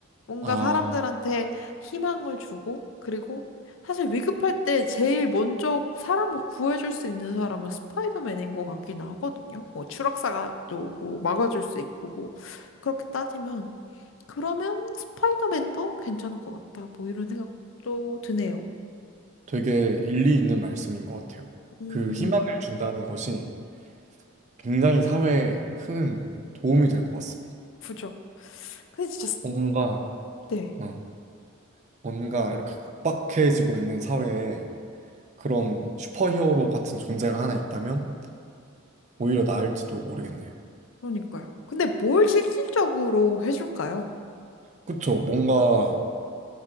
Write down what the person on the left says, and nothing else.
뭔가
사람들한테 희망을 주고, 그리고 사실 위급할 때 제일 먼저 사람을 구해줄 수 있는 사람은 스파이더맨인 것 같긴 하거든요. 뭐 추락사가 또 뭐 막아줄 수 있고, 뭐 그렇게 따지면 그러면 스파이더맨도 괜찮을 것 같다. 뭐 이런 생각도 드네요.
음,
그죠. 근데 진짜, 스-
네.
그러니까요. 근데 뭘 실질적으로 해줄까요?